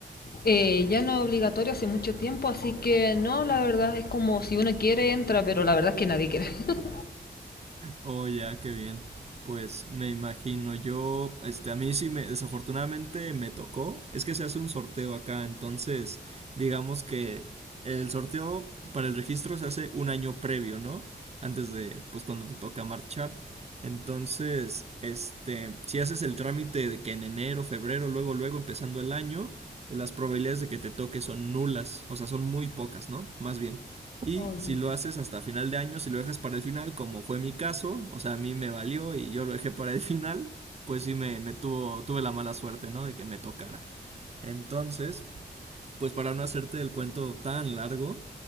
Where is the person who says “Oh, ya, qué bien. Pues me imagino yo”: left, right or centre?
Right